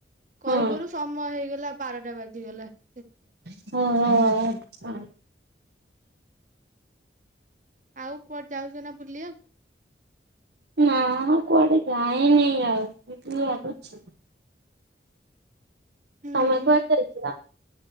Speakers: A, on the right (about 45°); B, on the right (about 70°).
A: କରୁ
B: ହଁ
A: କରୁ ସମୟ ହେଇଗଲା ବାରଟା ବାଜିଗଲା ସେଥିଲାଗି।
B: ହଁ ହଁ ଆଉ।
A: ଆଉ କୁଆଡେ ଯାଉଛନ୍ତି ନା ବୁଲିବାକୁ?
B: ନା କୁଆଡେ ଯାାଇନି ଆଉ ଯିବି ଭାବୁଚି।
A: ହୁଁ
B: ତମେ
A: ହୁଁ
B: କୁଆଡ଼େ ଯାଇଥିଲ?